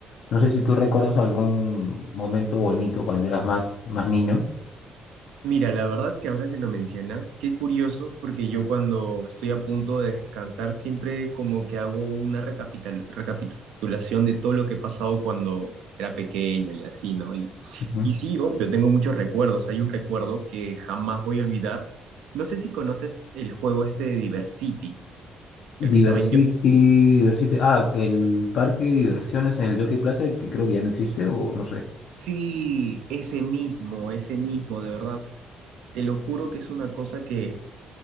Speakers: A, on the left; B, on the right.
A: No sé si tú recuerdas algún momento bonito cuando eras más, más niño.
B: Mira, la verdad que ahora que lo mencionas, qué curioso, porque yo cuando estoy a punto de descansar siempre como que hago una recapital- recapitulación de todo lo que he pasado cuando era pequeño y así, ¿no? Y,
A: Ujú.
B: y sí, obvio, tengo muchos recuerdos. Hay un recuerdo que jamás voy a olvidar. No sé si conoces el juego este de Diversity,
A: Diversity,
B: el que estaba en yo.
A: Diversity. Ah, el parque de diversiones en el Jockey Plaza que creo que ya no existe o no sé.
B: Sí, ese mismo, ese mismo, de verdad. Te lo juro que es una cosa que